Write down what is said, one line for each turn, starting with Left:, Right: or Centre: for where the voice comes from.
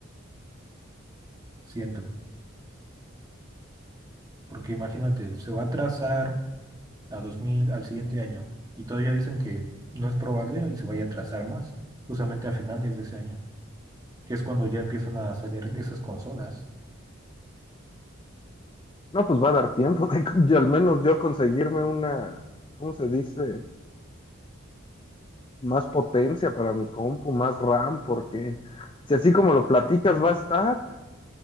Right: Siento. Porque imagínate, se va a atrasar a 2000 al siguiente año, y todavía dicen que no es probable y se vaya a atrasar más, justamente a finales de ese año, que es cuando ya empiezan a salir esas consolas.
Left: No, pues va a dar tiempo de, <laughs> y al menos yo conseguirme una, ¿cómo se dice? Más potencia para mi compu, más RAM, porque si así como lo platicas va a estar,